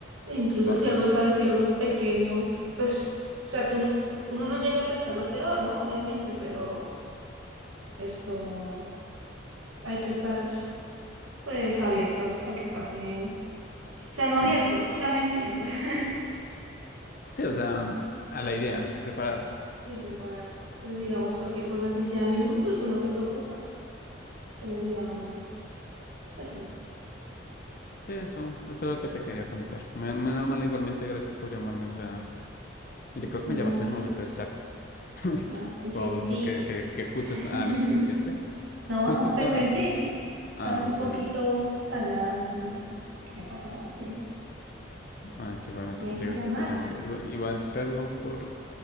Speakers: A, on the right; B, on the left.
A: e incluso
B: Cu-
A: si algo
B: eh,
A: sabes, si algo es pequeño, pues, o sea, tú no, uno no llega a pensar lo peor, ¿no? Obviamente, pero esto hay que estar pues abierta a que pase. O sea, no
B: Sí.
A: abierto, o sea, ¿me entiendes? <laughs>
B: Sí, o sea, a la idea, prepararse.
A: Y prepararse. Entonces, digamos, cualquier cosa así sea mínimo, pues uno se preocupa. Pero digamos, pues sí,
B: Sí, eso, eso es lo que te quería contar. Me- Menos mal, igualmente, gracias por llamarme. O sea, yo creo que
A: nada,
B: me llamaste
A: es que
B: en el momento exacto. <laughs>
A: nada, pensé
B: Como
A: en ti.
B: Porque que, que justo
A: <laughs>
B: está, ah, lo presentiste.
A: No,
B: Justo
A: no,
B: está,
A: pensé en
B: justo.
A: ti. Estás
B: Ah, muchas
A: un poquito
B: gracias.
A: callado, entonces dije, ¿qué le pasó? Y ahí,
B: Ah, sí, igualmente,
A: Hay
B: muchas
A: que
B: gracias
A: llamarte.
B: por llamar. Igual, igual, perdón por